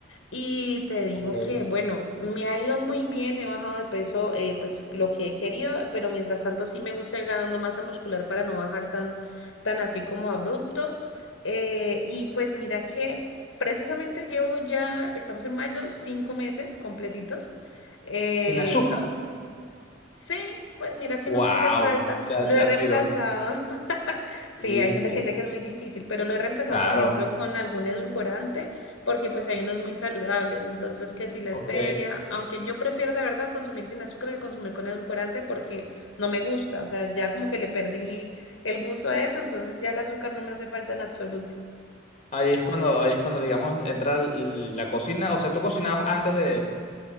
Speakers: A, on the left; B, on the left.
A: Y te digo
B: Ok.
A: que, bueno, me ha ido muy bien, he bajado de peso, eh, pues lo que he querido, pero mientras tanto sí me gusta ir ganando masa muscular para no bajar tan, tan así como abrupto. Eh, y pues mira que precisamente llevo ya, estamos en mayo, cinco meses completitos. eh,
B: Sin azúcar.
A: Sí, pues mira que
B: Wow.
A: no me hace falta.
B: Te,
A: Lo
B: te
A: he
B: admiro.
A: reemplazado. <laughs> Sí,
B: Sí,
A: hay gente
B: sí.
A: que dice que es muy difícil, pero lo he reemplazado,
B: Claro.
A: por ejemplo, con algún edulcorante, porque pues hay unos muy saludables. Entonces, que si la
B: Ok.
A: stevia, aunque yo prefiero, la verdad, consumir sin azúcar que consumir con edulcorante porque no me gusta. O sea, ya como que le perdí el gusto a eso, entonces ya el azúcar no me hace falta en absoluto.
B: Ahí es cuando, ahí es cuando, digamos, entra l- la cocina. O sea, tú cocinabas antes de,